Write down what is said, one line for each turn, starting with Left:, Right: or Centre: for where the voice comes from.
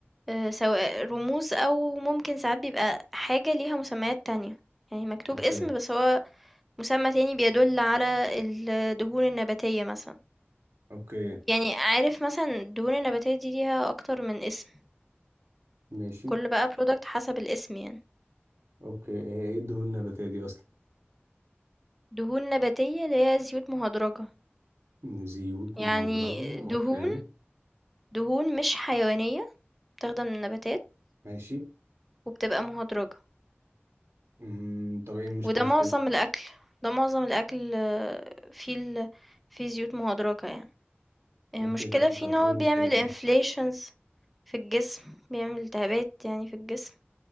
Centre: آه، سواء رموز أو ممكن ساعات بيبقى حاجة ليها مسميات تانية يعني مكتوب
Right: اوكي
Centre: اسم بس هو مسمى تاني بيدل على الدهون النباتية مثلا
Right: اوكي
Centre: يعني عارف مثلا الدهون النباتية دي ليها أكتر من اسم
Right: ماشي
Centre: كل بقى برودكت حسب الاسم يعني
Right: اوكي هي ايه الدهون النباتية دي اصلا
Centre: دهون نباتية اللي هي زيوت مهدرجة
Right: زيوت
Centre: يعني
Right: مهدرجة
Centre: دهون
Right: اوكي
Centre: دهون مش حيوانية بتاخدها من النباتات
Right: ماشي
Centre: وبتبقى مهدرجة
Right: امم طب ايه المشكلة
Centre: وده معظم
Right: في كده
Centre: الأكل ده معظم الأكل آه، فيه ال... فيه زيوت مهدرجة يعني المشكلة
Right: اوكي طب,
Centre: فيه
Right: طب
Centre: إن هو
Right: ايه المشكلة
Centre: بيعمل
Right: اه
Centre: inflations في الجسم بيعمل التهابات يعني في الجسم